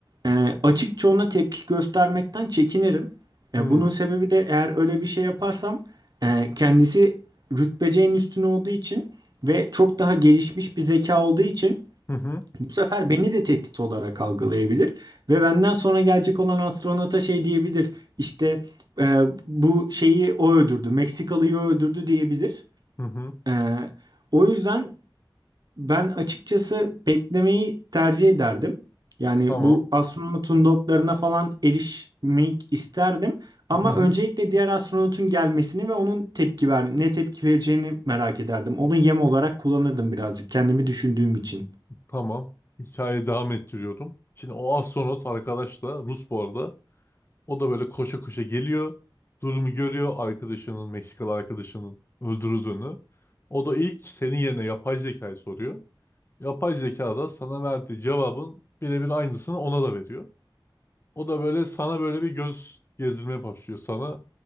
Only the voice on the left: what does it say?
hı
hı hı
hı hı.
Tamam.
Hı hı.
Tamam. Hikayeyi devam ettiriyordum. Şimdi o astronot arkadaş da Rus bu arada. O da böyle koşa koşa geliyor. Durumu görüyor arkadaşının, Meksikalı arkadaşının öldürüldüğünü. O da ilk senin yerine yapay zekayı soruyor. Yapay zeka da sana verdiği cevabın birebir aynısını ona da veriyor. O da böyle sana böyle bir göz gezdirmeye başlıyor sana.